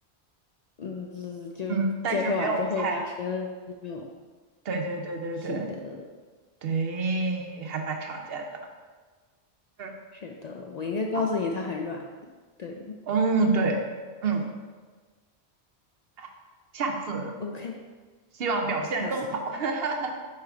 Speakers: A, on the left; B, on the right.
A: 嗯，就是健身完之后拉伸用。
B: 嗯，但是没有猜。对对对对对
A: 是的，
B: 对，还蛮常见的。嗯，
A: 是的，我应该告诉你它很软。
B: 好，
A: 对
B: 嗯对，嗯，哎，下次
A: ，OK，
B: 希望表现更好。
A: 下次吧。
B: <laughs>